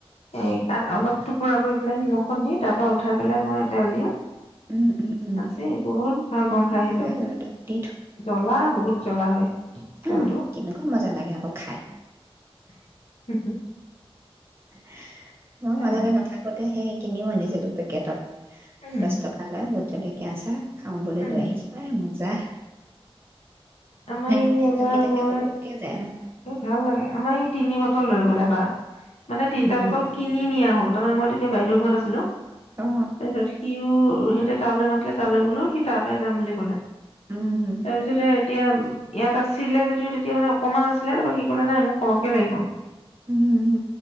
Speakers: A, on the left (about 85°); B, on the right (about 25°).
A: এই অলপ টুকুৰা কৰি পেলাই নিমখ খত দি তাৰ পৰা উঠাই পেলাই মই তেল দিওঁ।
B: উম, উম, উম,
A: আছে বহুত ভাল পাওঁ খাই সেইটো
B: সেই ৰ'দত দি
A: জ্বলা বহুত জ্বলা হয় তেলটো।
B: উম কেনেকোৱা মজা লাগে আকৌ খায়
A: <inaudible>
B: <inaudible> মই
A: এ
B: মাজতে নাথাকোতে সেই কিনিও আনিছিলোঁ। একেটাত।
A: উম
B: দ'হ টকালৈ চলকে আছা খাওঁ বুলি
A: উম
B: লৈ আহিছো এ মই <inaudible>
A: আমাৰ ই
B: মানে
A: এবাৰ
B: ভাতকেইটাকে
A: মই
B: সুব সুবকে যায় আৰু
A: এই ভাল লাগে আমাৰ এই তিনি বতল লৈ গ'ল এবাৰ মানে তিনিটা
B: উম
A: বটল কিনি নিয়া হ'ল তাৰ মানে মই তেতিয়া বাইদেউৰ ঘৰত আছিলোঁ।
B: অ'
A: তাৰ পিছত সিওঁ হে তালৈ মাতিলে তালৈ গলোঁ, সি তাৰ পৰাই যাম বুলি ক'লে।
B: উম
A: তাৰপিছতে। তেতিয়া ইয়াত আছিলে যদিও তেতিয়া মানে অকমান আ আছিলে তাৰপৰা সি ক'লে নাই মোক খকে লাগিব।
B: উম